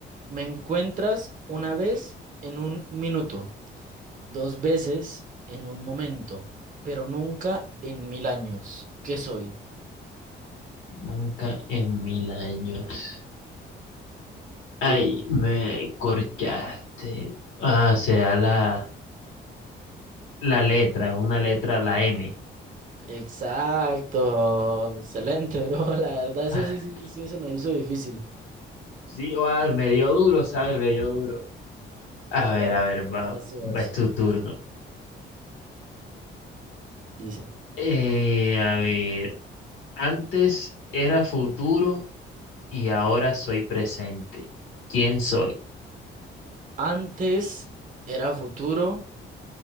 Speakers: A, on the right; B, on the left.
A: Me encuentras una vez en un minuto, dos veces en un momento, pero nunca en mil años. ¿Qué soy?
B: Nunca en mil años. Ay,
A: ¿Qué soy?
B: me corchaste. Ah, se la. la letra, una letra, la M.
A: Exacto. Excelente, bro. <laughs> La verdad, ese
B: <laughs>
A: sí, sí, sí se me hizo difícil.
B: Sí, va, me dio duro, ¿sabes? Me dio duro. A
A: Dale,
B: ver,
A: dale.
B: a ver, va,
A: Vas tú,
B: va,
A: vas
B: es
A: tú.
B: tu turno.
A: Dice,
B: Eh, a ver, antes era futuro y ahora soy presente. ¿Quién soy?
A: antes era futuro